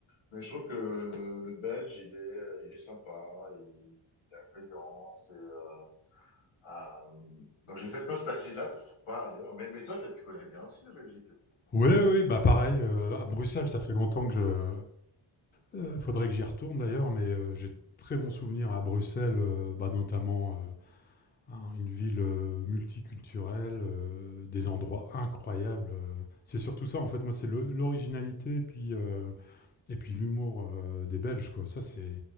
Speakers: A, on the left; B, on the left.
A: Mais je trouve que euh, le Belge, il est il est sympa, il, il est accueillant, c'est euh, euh, donc j'ai cette nostalgie-là que je ne trouve pas ailleurs. Mais, mais toi, tu connais bien aussi la Belgique.
B: Oui, oui, bah pareil, euh, à Bruxelles, ça fait longtemps que je... euh, faudrait que j'y retourne d'ailleurs, mais euh, j'ai de très bons souvenirs à Bruxelles, euh, bah, notamment... euh, hein, une ville euh, multiculturelle, euh, des endroits incroyables. euh. C'est surtout ça, en fait, moi, c'est le- l'originalité et puis, euh, et puis l'humour euh, des Belges, quoi. Ça, c'est.